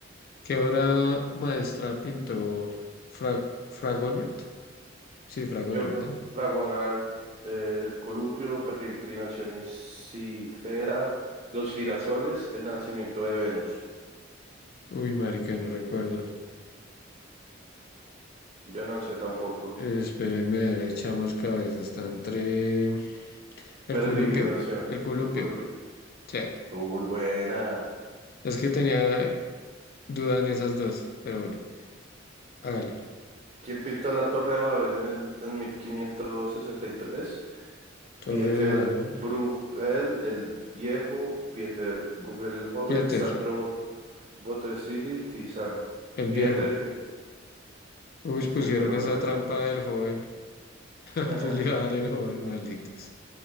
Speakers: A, on the left (about 50°); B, on the right (about 35°).
A: ¿Qué obra maestra pintó Fra- Fragonard? Sí, Fragonard,
B: Yo,
A: ¿no?
B: Dragonar, eh, el columpio, peregrinación y Citera, los girasoles, el nacimiento de Venus.
A: Uy, marica, no recuerdo.
B: Yo no sé tampoco.
A: Eh, espérenme, a ver, echamos cabeza. Está entre... El
B: Peregrinación,
A: columpio. El columpio.
B: el columpio.
A: Sí.
B: Uy, buena.
A: Es que tenía duda en esas dos, pero bueno. Hágale.
B: ¿Quién pintó la Torre de Babel en el en 1563?
A: Torre
B: Pieter
A: de Babel.
B: Bruegel el viejo, Pieter Bruegel el joven,
A: Jeter.
B: Sandro Bo- Botticelli, Tiziano.
A: El
B: Pieter
A: viejo.
B: que...
A: Uy,
B: Uy,
A: pusieron
B: mi perro
A: esa
B: real.
A: trampa del joven. <laughs>
B: <laughs>
A: Yo le iba a dar el joven, malditos.